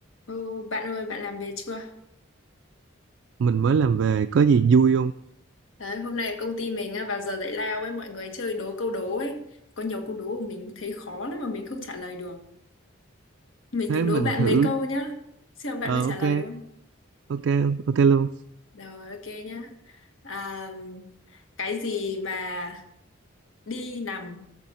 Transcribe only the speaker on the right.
mình mới làm về có gì vui không
thế
mình
thử
ờ
ok
ok ok luôn